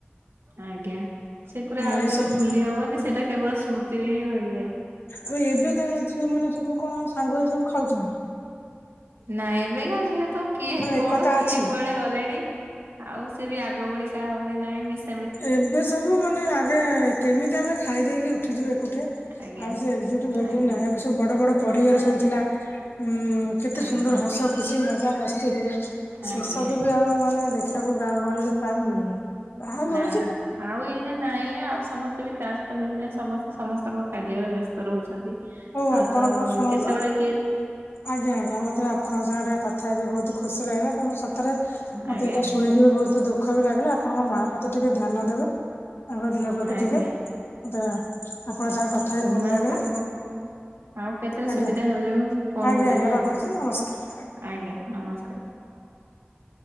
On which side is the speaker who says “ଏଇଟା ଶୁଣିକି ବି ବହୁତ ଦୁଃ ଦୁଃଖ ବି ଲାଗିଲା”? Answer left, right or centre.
Left